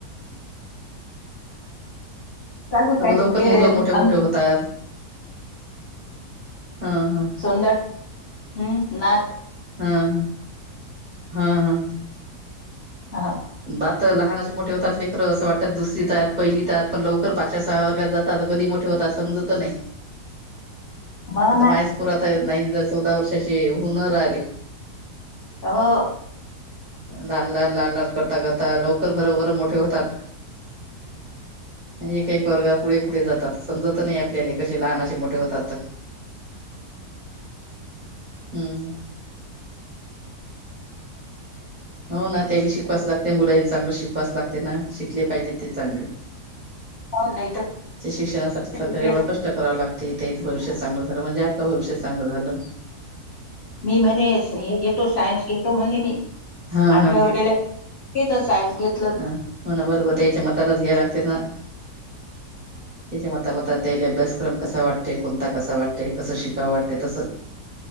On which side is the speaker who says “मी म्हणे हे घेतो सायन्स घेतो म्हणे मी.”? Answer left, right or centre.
Left